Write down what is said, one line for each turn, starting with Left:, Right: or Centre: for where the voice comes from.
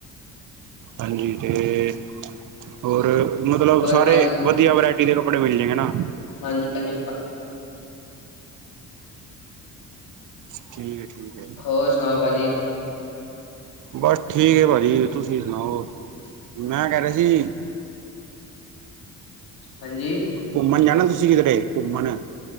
Right: ਹਾਂਜੀ ਤੇ ਹੋਰ ਮਤਲਬ
Left: ਹੋਰ
Right: ਸਾਰੇ
Left: ਭਾਜੀ
Right: ਵਧੀਆ ਵਰਾਇਟੀ ਦੇ ਕੱਪੜੇ ਮਿਲ ਜਾਏਗੇ ਨਾ?
Left: ਹਾਂਜੀ
Right: ਠੀਕ ਏ, ਠੀਕ ਏ
Left: ਹੋਰ ਸੁਣਾਓ ਭਾਜੀ?
Right: ਬਸ ਠੀਕ ਭਾਜੀ। ਤੁਸੀਂ ਸੁਣਾਓ?
Left: ਅ
Right: ਮੈਂ ਕਹਿ ਰਿਹਾ ਸੀ।
Left: ਹਾਂਜੀ
Right: ਘੁੰਮਣ ਜਾਣਾ ਤੁਸੀਂ ਕਿਧਰੇ ਘੁੰਮਣ।